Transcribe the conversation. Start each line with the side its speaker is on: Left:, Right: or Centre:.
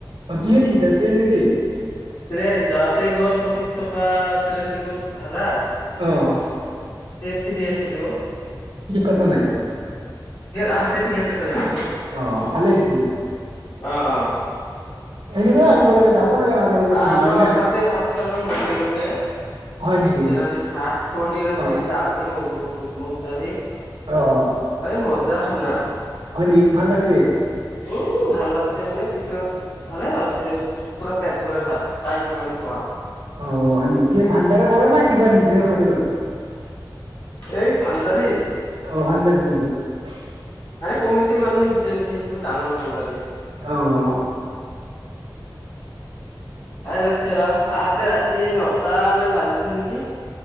Right: অ কিহেদি গৈছা ট্ৰেইনেদি
Left: ট্ৰেন যোৱাতে গ'ল। পঁচিছ টকা ট্ৰেইন টিকট ভাড়া।
Right: আহ
Left: ফৰি আহিলো
Right: কটা নাই
Left: আহাতে টিকেট কটা নাই।
Right: অ ভালে
Left: উ
Right: হৈছে
Left: আহ আহ।
Right: এনেকুৱাই আহিব লাগে যাব লাগে মাজে মাজে
Left: আৰু
Right: ঘূৰিব মানে
Left: তাতে ভাত খালো মন্দিৰতে।
Right: হয় নেকি
Left: নিৰামিষ ভাত পণিৰ আছিল
Right: অ
Left: দালি দি মগ মগ মোগ দালি।
Right: অ'
Left: এই মজা খানা।
Right: হয় নেকি ভাল লাগছে।
Left: উম ভাল লাগছে মানে পিছত ভালে ভাল লাগছে মপোৰা পেট ভৰে ভাত খাই কিমান খোৱা
Right: অহ নকিয় ভাণ্ডাৰে পৰে নে কিবা নিজে হোটেলত
Left: এই ভাণ্ডাৰী
Right: অহ ভাণ্ডাৰী নেকি?
Left: কমিতে মানুহে দিছে নেকি সেইটো ডাঙৰ ফানডদেধ
Right: আহ
Left: ভয় লাগিছে ৰা আহাতে ৰাতি নট মান বাজিছে নেকি!